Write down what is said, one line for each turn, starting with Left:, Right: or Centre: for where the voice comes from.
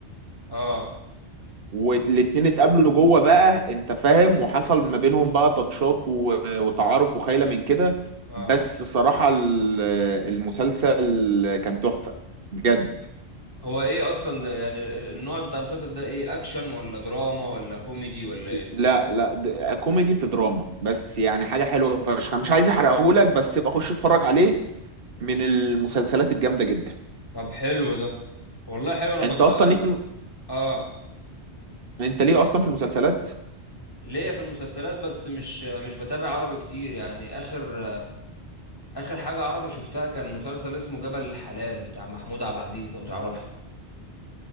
Left: اه
Right: والاتنين اتقابلوا جوه بقى انت فاهم وحصل ما بينهم بقى تاتشات و- وتعارف وخيله من كده
Left: اه
Right: بس صراحة ال- المسلسل كان تحفة بجد
Left: هو ايه اصلا يعني ال- النوع بتاع المسلسل ده ايه اكشن ولا دراما ولا كوميدي ولا ايه
Right: لا لا د- كوميدي في دراما بس يعني حاجة حلوة فشخ مش عايز احرقهولك بس يبقى خش اتفرج عليه من المسلسلات الجامدة جدا
Left: طب حلو ده والله حلو انا بس
Right: انت اصلا
Left: انا
Right: ليك في الم...
Left: اه
Right: انت ليه اصلا في المسلسلات
Left: ليا في المسلسلات بس مش مش بتابع عربي كتير يعني اخر اخر حاجة عربي شفتها كان مسلسل اسمه جبل الحلال بتاع محمود عبد العزيز لو تعرفه